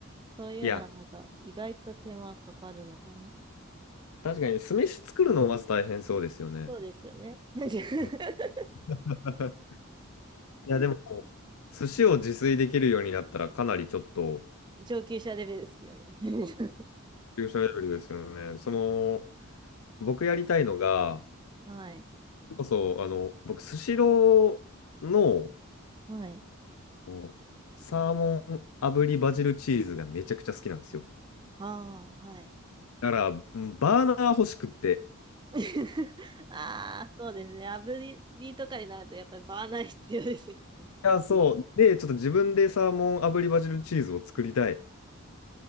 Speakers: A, on the right (about 20°); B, on the left (about 80°).
A: そういうのはなんか、
B: いや、
A: 意外と手間かかるのかな。
B: 確かに酢飯作るのまず大変そうですよね。
A: そうですよね。<laughs>
B: うん <laughs> いや、でも、寿司を自炊できるようになったらかなりちょっと、
A: 上級者レベルですよね。<laughs>
B: 急所レベルですよね。その、僕やりたいのが、
A: はい。
B: こそ、あの、僕、スシローの
A: はい。
B: こうサーモン炙りバジルチーズがめちゃくちゃ好きなんですよ。
A: ああ、はい。
B: だから、うんバーナー欲しくって。
A: <laughs> ああ、そうですね。炙りとかになると、やっぱりバーナー必要ですよね。
B: いや、そう。で、ちょっと自分でサーモン炙りバジルチーズを作りたい。